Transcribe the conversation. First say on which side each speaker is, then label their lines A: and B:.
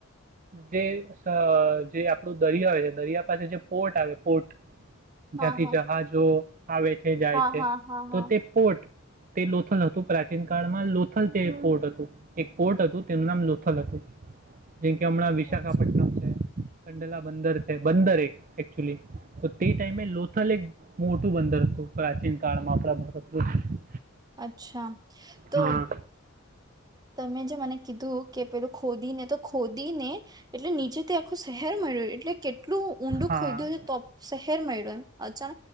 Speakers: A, on the right (about 40°); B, on the right (about 20°).
A: જે આપણું દરિયા હોય છે દરિયા પાસે જે પોર્ટ આવે પોર્ટ
B: હા
A: જાથી
B: હા
A: જહાજો આવે છે જાય
B: હા
A: છે
B: હા હા હા
A: તો તે પોટ તે લોથલ હતું પ્રાચીન કાળમાં લોથલ તે પોર્ટ હતું એક પોર્ટ હતું તેનું નામ લોથલ હતું જેમ કે હમણાં વિશાખાપટનમ
B: હા
A: છે હ કંડલા બંદર છે બંદર એક એકચુલી તો તે ટાઈમે લોથલ એક મોટું બંદર હતું પ્રાચીન કાળમાં આપણા ભારતનું
B: અચ્છા તો
A: હા
B: તમે જે મને કીધું કે પેલું ખોદીને તો ખોદી ને એટલે નીચે તે આખું શહેર મળ્યું એટલે કેટલું ઊંડું
A: હા
B: ખોદ્યું છે તો શહેર મળ્યું એમ અચ્છા